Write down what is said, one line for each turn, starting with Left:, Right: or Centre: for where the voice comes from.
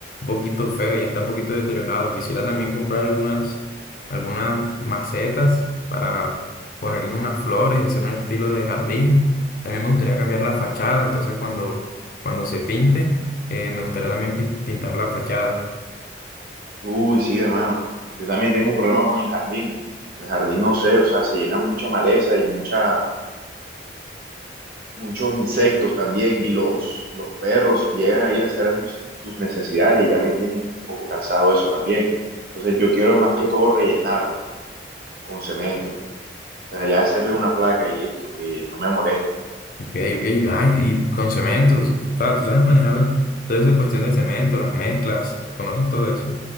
Left: poquito feo, ya está un poquito deteriorado. Quisiera también comprar algunas, algunas macetas para ponerle unas flores y hacer un estilo de jardín. También me gustaría cambiar la fachada, entonces cuando, cuando se pinte, eh, me gustaría también pin- pintar la fachada.
Right: Uy, sí, hermano, yo también tengo un problema con el jardín. El jardín, no sé, o sea, se llena mucha maleza y mucha muchos insectos también y los, los perros llegan a ir a hacer sus sus necesidades y ya me tiene un poco cansado eso también. Entonces yo quiero más que todo rellenarlo con cemento. O sea, ya hacerle una placa y listo, que no me moleste.
Left: Ok, ok, ay, y con cementos, claro, tú sabes manejar toda esa cuestión del cemento, las mezclas, conoces todo eso.